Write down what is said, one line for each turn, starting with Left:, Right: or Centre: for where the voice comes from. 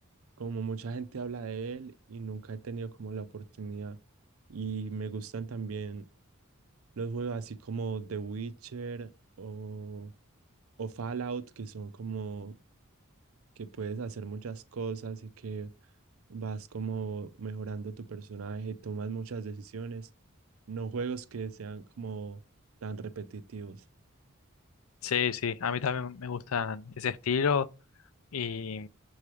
Right: como mucha gente habla de él y nunca he tenido como la oportunidad. Y me gustan también los juegos así como The Witcher o, o Fallout, que son como que puedes hacer muchas cosas y que vas como mejorando tu personaje, tomas muchas decisiones, no juegos que sean como tan repetitivos.
Left: Sí, sí, a mí también me gustan ese estilo. Y,